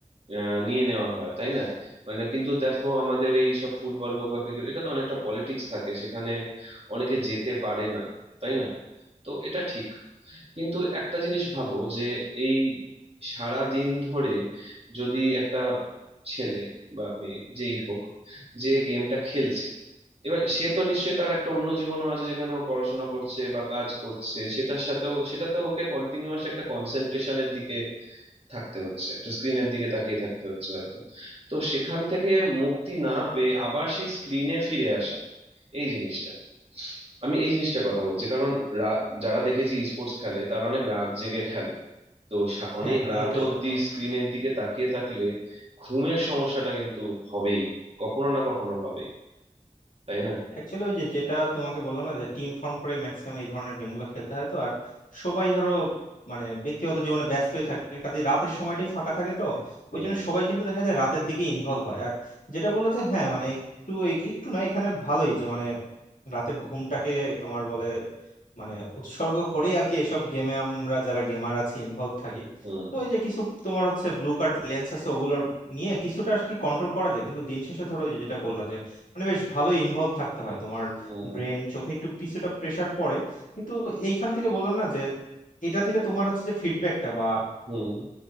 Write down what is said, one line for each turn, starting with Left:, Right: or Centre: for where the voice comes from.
Right: আহ, নিয়ে নেওয়া হয় তাই না মানে কিন্তু দেখো আমাদের এই সব ফুটবল হোক বা ক্রিকেট এটা তো অনেকটা পলিটিক্স থাকে সেখানে অনেকে যেতে পারে না তাই না তো এটা ঠিক কিন্তু একটা জিনিস ভাবো যে এই সারা দিন ধরে যদি একটা ছেলে বা মেয়ে যেই হোক যে গেমটা খেলছে এবার সে তো নিশ্চয়ই তার একটা অন্য জীবনও আছে যেখানে ও পড়াশোনা করছে বা কাজ করছে সেটার সাথেও সেটাতেও ওকে কন্টিনিউয়াস একটা কনসেন্ট্রেশনের দিকে থাকতে হচ্ছে একটা স্ক্রিনের দিকে তাকিয়ে থাকতে হচ্ছে হয়তো তো সেখান থেকে মুক্তি না পেয়ে আবার সেই স্ক্রিনে ফিরে আসা এই জিনিসটা আমি এই জিনিসটার কথা বলছি কারণ রা- যারা দেখেছি স্পোর্টস খেলে তারা অনেক রাত জেগে খেলে তো সা- অনেক
Left: হ্যাঁ হ্যাঁ
Right: রাত
Left: এটা
Right: অব্দি
Left: সত্য
Right: স্ক্রিনের দিকে তাকিয়ে থাকলে ঘুমের সমস্যাটা কিন্তু হবেই কখনো না কখনো হবেই তাই না
Left: অ্যাকচুয়ালি ওই যে যেটা তোমাকে বললাম না যে টিম ফর্ম করে ম্যাক্সিমাম এই ধরনের গেমগুলো খেলতে হয় তো আর সবাই ধরো মানে ব্যক্তিগত জীবনে ব্যস্তই থাকে কাজে রাতের সময়টাই ফাঁকা থাকে তো
Right: হুম
Left: ওই জন্য সবাই কিন্তু দেখা যায় রাতের দিকে ইনভলভ হয় আর যেটা বললো যে হ্যাঁ মানে একটু এক- একটু না এখানে ভালোই যে মানে রাতের ঘুমটাকে তোমার বলে মানে উৎসর্গ করে আর কি এসব গেমে আমরা যারা গেমার আছি ইনভলভ থাকি
Right: হুম
Left: তো ওই যে কিছু তোমার হচ্ছে ব্লু কার্ট লেন্স আছে ওগুলোর নিয়ে কিছুটা আর কি কন্ট্রোল করা যায় কিন্তু দিন শেষে ধরো ওই যে যেটা বললাম মানে বেশ ভালোই ইনভলভ থাকতে হয় তোমার
Right: হুম
Left: ব্রেন চোখে একটু কিছুটা প্রেসার পড়ে কিন্তু এইখান থেকে বললাম না যে এটা থেকে তোমার হচ্ছে যে ফিডব্যাকটা বা
Right: হুম